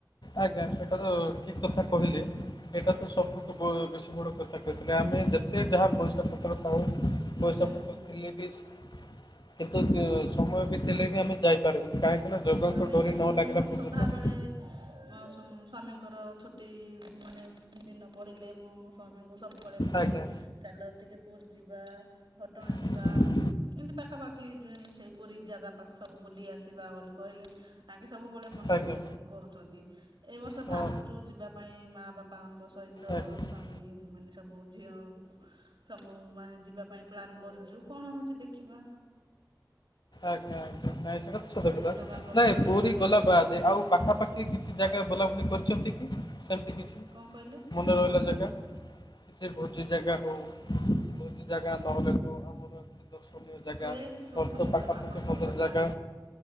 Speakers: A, on the left; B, on the right.
A: ଆଜ୍ଞା ସେଟା ତ ଠିକ କଥା କହିଲେ। ଏଇଟା ତ ସବୁଠୁ ବେଶୀ ବଡ଼ କଥା କହିଥିଲେ ଆମେ ଯେତେ ଯାହା ପଇସା ପତ୍ର ଥାଉ ପଇସା
B: ହୁଁ
A: ପତ୍ର <unintelligible> କେତେ ସମୟ ବିତେଲେ ବି ଆମେ ଯାଇପାରିବନି କାହିଁକିନା ଜଗା
B: ଆମେ
A: ଙ୍କ ଡୋରି ନ
B: ମୁଁ
A: ଲାଗିଲା ପର୍ଯ୍ୟନ୍ତ
B: ସଦାବେଳେ ମୋ ସ ସ୍ୱାମୀଙ୍କର ଛୁଟି ମାନେ ଦିନ ପଡିଲେ ମୋ ସ୍ଵାମୀଙ୍କୁ ସବୁବେଳେ କୁହେ
A: ଆଜ୍ଞା
B: ଚାଲ ଟିକେ ପୁରୀ ଯିବା, ଘଟଗାଁ
A: ହୁଁ,
B: ଯିବା।
A: ହୁଁ।
B: ଏମିତି ପାଖାପାଖି ସେଇ ପୁରୀ ଜାଗା ପାଖ ସବୁ ବୁଲି ଶିବା ବୋଲି କହିଲେ ଆଙ୍କେ ସବୁବେଳେ ମନା
A: ଆଜ୍ଞା
B: କରୁ କରୁଚନ୍ତି ଏ ବର୍ଷ
A: ହଁ
B: ଭାବୁ ଯେଉ ଯିବା ପାଇଁ ମାଆ ବାପାଙ୍କ ସହିତ
A: ଆଜ୍ଞା
B: ସ୍ୱାମୀ ମାନେ ସବୁ ଝିଅ ସବୁ ମାନେ ଯିବା ପାଇଁ ପ୍ଲାନ୍ କରିଛୁ କଣ ହଉଛି ଦେଖିବା।
A: ଆଜ୍ଞା ଆଜ୍ଞା ନାଇଁ ସେ ଟା ସତ
B: ସେଇ
A: କଥା
B: ଜଗାଙ୍କର
A: ନାଇଁ
B: ଡୋରି
A: ପୁରୀ
B: ତାଙ୍କ
A: ଗଲା
B: ଡୋରି
A: ବାହା
B: ଥିଲେ
A: ଆଉ ପାଖାପାଖି କି କିଛି ଜାଗାରେ ବୁଲାବୁଲି କରିଛନ୍ତି କି ସେମିତି କିଛି?
B: କଣ କହିଲେ?
A: ମନେ ରହିଲା ଜାଗା କିଛି ଭୋଜି ଜାଗା ହଉ ଭୋଜି ଜାଗା ନହେଲେ ଯୋଉ ଆମର ଦର୍ଶନୀୟ ଜାଗା
B: କ୍ଲିୟର ଶୁଭୁନି
A: <unintelligible> ପାଖ
B: ତ ଆପଣଙ୍କର
A: ଦଶ ପନ୍ଦର
B: କଥା
A: ଜାଗା